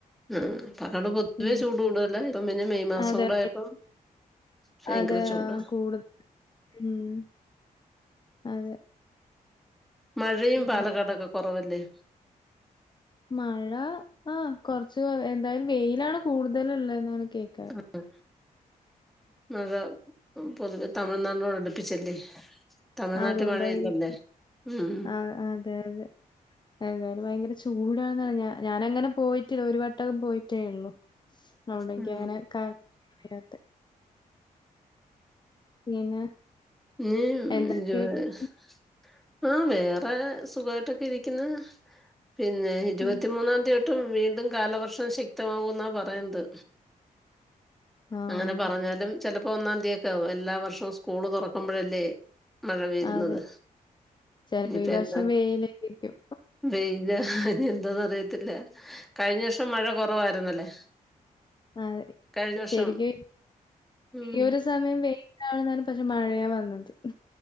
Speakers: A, in the centre; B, on the left.
A: ഉം അപ്പൊ അവിടെ പൊതുവേ
B: ഉം
A: ചൂട് കൂടുതലാണ് ഇപ്പ പിന്നെ മെയ് മാസം
B: അതെ
A: കൂടെ ആയപ്പം ഭയങ്കര
B: അതെ
A: ചൂടാ
B: ആഹ് കൂടുതൽ ഉം അതെ
A: മഴയും
B: പിന്നെ
A: പാലക്കാടൊക്കെ കുറവല്ലേ
B: മഴ ആ കുറച്ച് എന്തായാലും വെയിലാണ് കൂടുതൽ ഉള്ളെന്ന് കേക്കൽ
A: ആ മഴ പൊതുവെ തമിഴ്നാടിനോട് അടുപ്പിച്ചല്ലേ തമിഴ്നാട്ടിൽ
B: അതുകൊണ്ടായിരിക്കും
A: മഴയില്ലല്ലേ ഉം
B: ആ അതെ അതെ എ ഏതായാലും ഭയങ്കര ചൂടാണെന്ന ഞാന അങ്ങനെ പോയിട്ടില്ല ഒരു വട്ടേ പോയിട്ട് ഉള്ളൂ അതുകൊണ്ട് അങ്ങനെ
A: ഉം
B: കറക്റ്റ് അറിയാത്തത് പിന്നെ
A: <unintelligible>
B: എന്തൊക്കെയായിരുന്നു
A: ആഹ് വേറെ സുഖായിട്ടൊക്കെ ഇരിക്കുന്നു പിന്നെ ഇരുപത്തിമൂന്നാം
B: ഉം
A: തിയതി തൊട്ട് വീണ്ടും കാലവർഷം ശക്തമാവും എന്നാ പറയുന്നത്
B: ആഹ്
A: അങ്ങനെ പറഞ്ഞാലും ചിലപ്പോ ഒന്നാം തീയതി ഒക്കെ ആകും എല്ലാ വർഷവും സ്കൂള് തുറക്കും ക്കുമ്പഴല്ലേ മഴ വര്ന്നത്.
B: അതെ ചെലപ്പോ
A: ഇനിപ്പെന്താ?
B: ഈ വർഷം വെയിലായിരിക്കും.
A: വെയിലാ ഇനിയെന്താന്നറിയ ത്തില്ല. കഴിഞ്ഞ വർഷം മഴ കുറവായിരുന്നല്ലേ.
B: അതെ.
A: കഴിഞ്ഞ വർഷം
B: ശരിക്കും.
A: ഉം
B: ഈ ഒരു സമയം വെയി ലാണെന്നാണ്. പക്ഷെ മഴയാ വന്നത്.